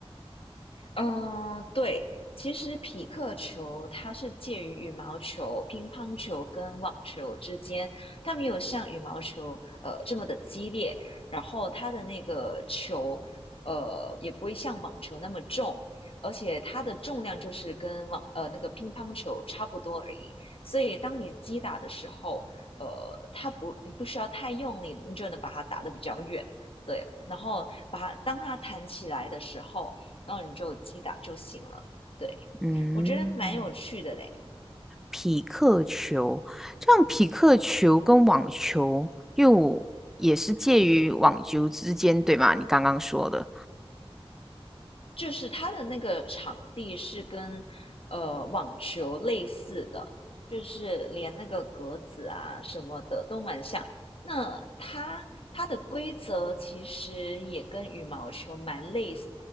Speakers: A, on the left; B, in the centre.
A: 嗯，对，其实匹克球它是介于羽毛球、乒乓球跟网球之间，它没有像羽毛球呃这么的激烈，然后它的那个球呃也不会像网球那么重，而且它的重量就是跟网呃那个乒乓球差不多而已，所以当你击打的时候，呃，它不你不需要太用力，你就能把它打得比较远。对，然后把它当它弹起来的时候。然后你就击打就行了。对
B: 嗯，
A: 我觉得蛮有趣的嘞，
B: 匹克球，这样匹克球跟网球又也是介于网球之间，对吗？你刚刚说的。
A: 就是它的那个场地是跟呃网球类似的，就是连那个格子啊什么的都蛮像。那它它的规则其实也跟羽毛球蛮类似。